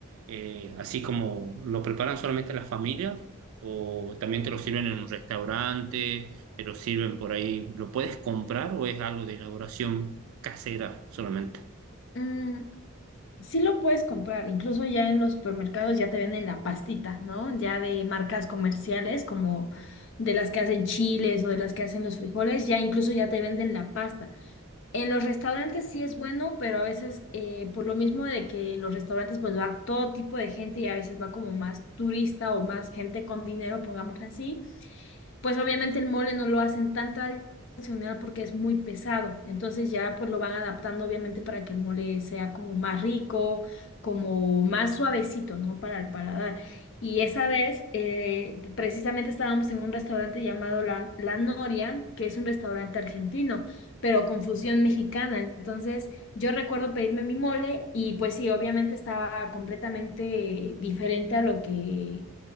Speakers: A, on the right; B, on the left.
A: eh, así como lo preparan solamente las familias o también te lo sirven en un restaurante, te lo sirven por ahí, ¿lo puedes comprar o es algo de elaboración casera solamente?
B: Mm, sí lo puedes comprar, incluso ya en los supermercados ya te venden la pastita, ¿no? Ya de marcas comerciales como de las que hacen chiles o de las que hacen los frijoles, ya incluso ya te venden la pasta. En los restaurantes sí es bueno, pero a veces eh, por lo mismo de que en los restaurantes pues va todo tipo de gente y a veces va como más turista o más gente con dinero, pongámoslo así pues obviamente el mole no lo hacen tan tradicional porque es muy pesado, entonces ya pues lo van adaptando obviamente para que el mole sea como más rico, como más suavecito, ¿no? Para el paladar. Y esa vez eh, precisamente estábamos en un restaurante llamado La, La Noria, que es un restaurante argentino, pero con fusión mexicana. Entonces yo recuerdo pedirme mi mole y pues sí, obviamente estaba completamente diferente a lo que